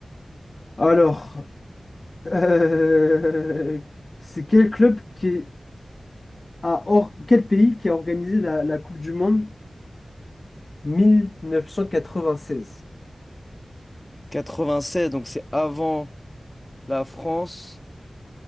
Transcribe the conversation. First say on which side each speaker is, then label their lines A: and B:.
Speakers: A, on the left; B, on the left.
A: Alors, euh, c'est quel club qui a... Or... Quel pays qui a organisé la, la Coupe du Monde 1996?
B: 96, donc c'est avant la France.